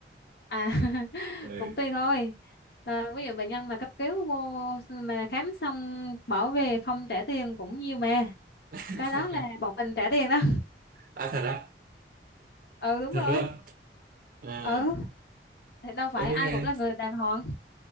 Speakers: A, on the left; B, on the right.
A: à, <laughs>
B: ừ.
A: cũng tùy thôi Ờ, ví dụ bệnh nhân mà cấp cứu vô mà khám xong bỏ về không trả tiền cũng nhiều mà
B: <laughs>
A: cái đó là bọn mình trả tiền đó
B: à, thật á
A: <laughs> ừ đúng
B: thật
A: rồi
B: luôn Ờ,
A: ừ thế đâu phải
B: tớ thấy
A: ai
B: nghe
A: cũng là người đàng hoàng